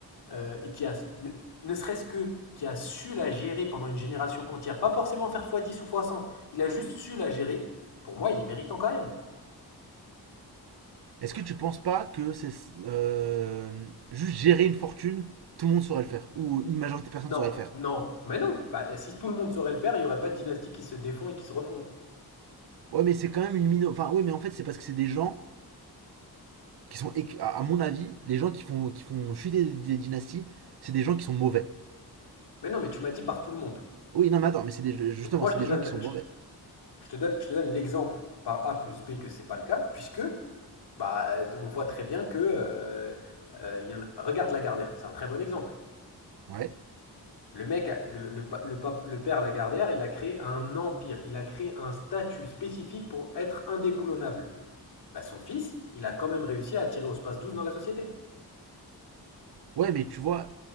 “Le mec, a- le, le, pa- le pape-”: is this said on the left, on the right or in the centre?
Left